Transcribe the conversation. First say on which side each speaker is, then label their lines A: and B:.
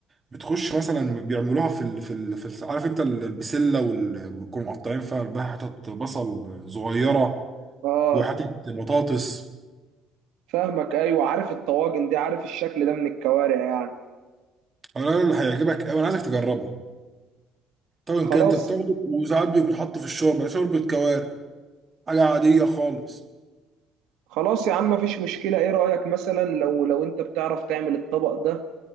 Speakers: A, on the right (about 20°); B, on the right (about 85°).
A: بتخش مثلا بيعملوها في ال... في ال... في ال... عارف انت ال- البسله وال... ويكونوا مقطعين فيها قلبها حتت بصل صغيره
B: اه
A: وحتت بطاطس
B: فاهمك ايوه عارف الطواجن دي عارف الشكل ده من الكوارع يعني
A: انا اللي هيعجبك قوي انا عايزك تجربه طبعا
B: خلاص
A: كده انت بتاخده وساعات بيكون حاطه في الشوربه شوربه كوارع حاجه عاديه خالص
B: خلاص يا عم مفيش مشكلة ايه رأيك مثلا لو لو انت بتعرف تعمل الطبق ده